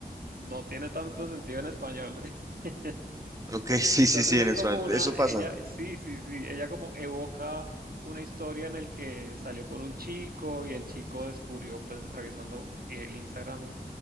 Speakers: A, on the right (about 60°); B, on the right (about 20°).
A: no tiene tanto sentido en español. <laughs>
B: Ok, <laughs> sí,
A: Entonces
B: sí, sí,
A: es
B: en eso,
A: como una,
B: eso pasa.
A: ella, sí, sí, sí, ella como evoca una historia en el que salió con un chico y el chico descubrió, pues revisando el Instagram